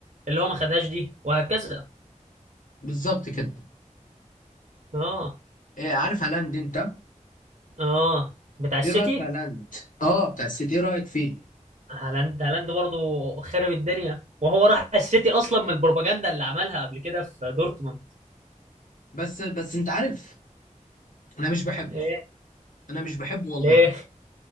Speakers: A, on the right; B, on the left.
A: اللي هو ما خدهاش دي وهكذا
B: بالظبط كده
A: اه
B: آه، عارف هالاند انت
A: اه بتاع السيتي
B: ايه رايك في هالاند اه بتاع السيتي ايه رايك فيه
A: هالاند هالاند برضه خارب الدنيا وهو راح السيتي اصلا من البروباجندا اللي عملها قبل كده في دورتموند
B: بس بس انت عارف انا مش بحبه
A: ليه
B: انا مش بحبه والله
A: ليه